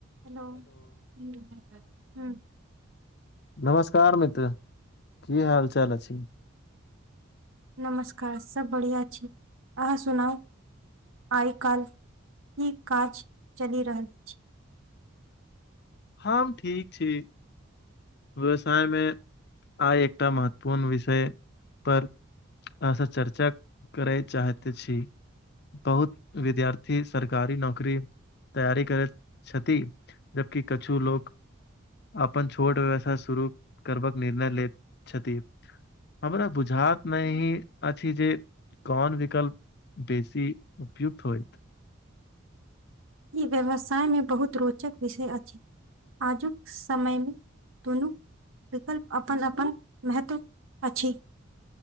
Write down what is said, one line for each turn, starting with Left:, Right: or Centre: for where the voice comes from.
Right: Hello हं हं
Left: नमस्कार मित्र की हाल चाल अछि
Right: नमस्कार सब बढ़िआँ छी अहाँ सुनाउ आइ काल्हि ई काज चलि रहल छी
Left: हम ठीक छी व्यवसाय में आइ एकटा महत्वपूर्ण विषय पर अह चर्चा करै चाहते छी बहुत विद्यार्थी सरकारी नौकरी। तैयार करैत छथि जबकि कछु लोक अपन छोट व्यवस शुरू करबाक निर्णय लैत छथि। हमरा बुझात मे ही अछि जे। कोन विकल्प बेसी उपयुक्त होयत।
Right: ई व्यवसायमे बहुत रोचक विषय अछि। आजुक समयमे दुनू विकल्प अपन अपन महत्व अछि